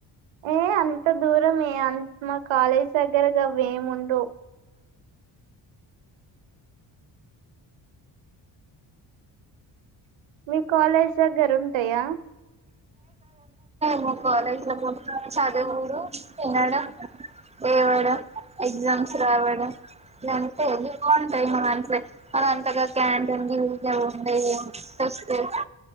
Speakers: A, on the right (about 80°); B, on the right (about 15°).
A: ఏ అంత దూరమే అన్ మా కాలేజీ దగ్గర గవ్వెముండవ్ మీ కాలేజ్ దగ్గర ఉంటయా
B: మా కాలేజ్ ల మొత్తం చదువుడు తినడం లేేవడం ఎగ్జామ్స్ రావడం లేదంటే అ <unintelligible> మనదంత క్యాంటీన్ ఇ ఊకె ఉంటాయమో ఇంట్రెస్ట్ లేదా